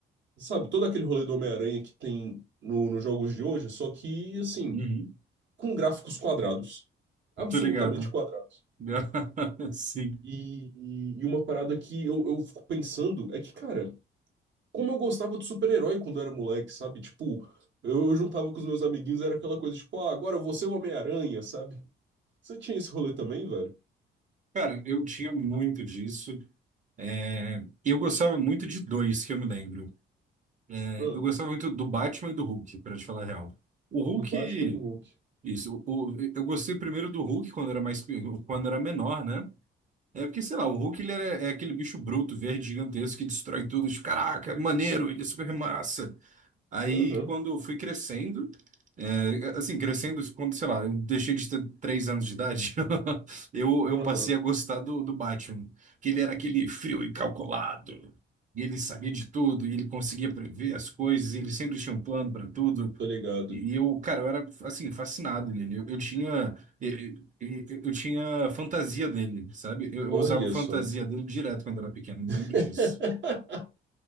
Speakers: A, on the right (about 65°); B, on the right (about 40°).
A: Sabe, todo aquele rolê do Homem-Aranha que tem no, nos jogos de hoje, só que, assim,
B: Uhum.
A: com gráficos quadrados. Absolutamente
B: Tô ligado.
A: quadrados.
B: <laughs> Sim.
A: E, e, e uma parada que eu, eu fico pensando é que, cara, como eu gostava de super-herói quando eu era moleque, sabe? Tipo, eu, eu juntava com os meus amiguinhos, era aquela coisa, tipo, ah, agora eu vou ser o Homem-Aranha, sabe? Você tinha esse rolê também, velho?
B: Cara, eu tinha muito disso. É, Eu gostava muito de dois, que eu me lembro. É,
A: Hã?
B: Eu gostava muito do Batman e do Hulk, pra te falar a real. O Hulk.
A: do Batman e do Hulk.
B: Isso. O, o- eu gostei primeiro do Hulk quando era mais, pe- quando era menor, né? É porque, sei lá, o Hulk ele era- é aquele bicho bruto, verde, gigantesco, que destrói tudo. Tipo, caraca, maneiro, ele é super massa. Aí,
A: Aham,
B: quando eu fui crescendo, é, assim, crescendo, quando, sei lá, eu deixei de ter três anos de idade, <laughs> eu,
A: aham,
B: eu passei a gostar do, do Batman. Que ele era aquele frio e calculado. E ele sabia de tudo, e ele conseguia prever as coisas, e ele sempre tinha um plano para tudo.
A: tô ligado.
B: E eu, cara, eu era, assim, fascinado nele. Eu, eu tinha, eu, eu, eu tinha fantasia dele, sabe? Eu,
A: Olha
B: eu usava fantasia
A: só.
B: dele direto quando era pequeno, eu me lembro
A: <laughs>
B: disso.